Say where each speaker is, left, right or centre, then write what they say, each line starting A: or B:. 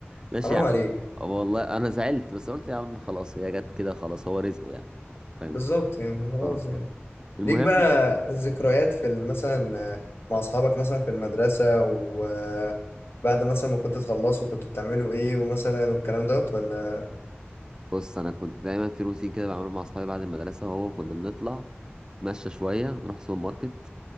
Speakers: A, on the right (about 20°); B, on the left (about 60°).
A: ماشي
B: حرام
A: يا
B: عليك
A: عم والله انا زعلت بس قلت يا عم خلاص هي جت كده خلاص هو رزقه يعني فاهم
B: بالظبط يعني خلاص
A: اه
B: يعني
A: المهم
B: ليك بقى الذكريات في ال- مثلا آه، مع اصحابك مثلا في المدرسة وبعد مثلا ما كنت تخلصوا كنت بتعملوا ايه ومثلا والكلام دوت ولا
A: بص انا كنت دايما في روتين كده بعمله مع اصحابي بعد المدرسه وهو كنا بنطلع نتمشى شويه نروح سوبر ماركت